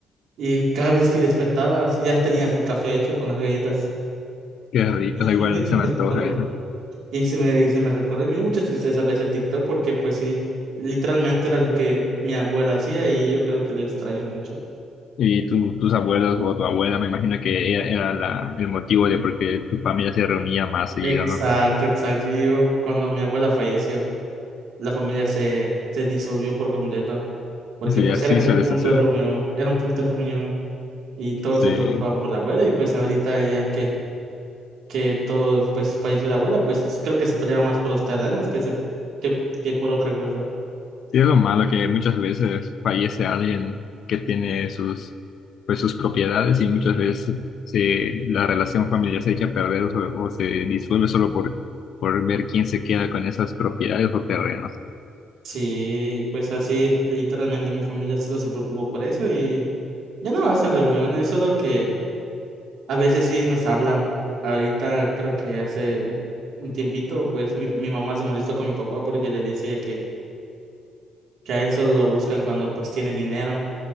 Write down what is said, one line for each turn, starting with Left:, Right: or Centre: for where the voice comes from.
Right: y cada vez que despertabas ya tenías el café hecho con las galletas.
Left: Qué ricas,
Right: Y,
Left: igual
Right: y me,
Left: se
Right: y me
Left: me antoja
Right: recordó,
Left: eso.
Right: y se me, y se me recordó y me dio mucha tristeza ver ese TikTok porque pues sí, literalmente era lo que mi abuela hacía y yo creo que lo extraño mucho.
Left: Y tu- tus abuelos o tu abuela, me imagino que era, era la, el motivo de por qué tu familia se reunía más seguido,
Right: Exacto,
Left: ¿no?
Right: exacto. Y Yo, cuando mi abuela falleció, la familia se, se disolvió por completo, porque
Left: Sí,
Right: pues
Left: así
Right: era como
Left: suele
Right: un punto
Left: suceder.
Right: de reunión, era un punto de reunión y todos
Left: Sí.
Right: se preocupaban por la abuela y pues ahorita ya que, que todos, pues falleció la abuela, pues es- creo que se pelearon más por los terrenos que, se, que, que por otra cosa.
Left: Sí, es lo malo que muchas veces fallece alguien que tiene sus, pues, sus propiedades y muchas veces se, la relación familiar se echa a perder o, o se disuelve solo por, por ver quién se queda con esas propiedades o terrenos.
Right: Sí, pues así literalmente mi familia solo se preocupó por eso y ya no hacen reuniones, solo que... A veces sí nos hablan. Ahorita creo que hace un, un tiempito, pues mi, mi mamá se molestó con mi papá porque le decía que, que a él solo lo buscan cuando pues tiene dinero.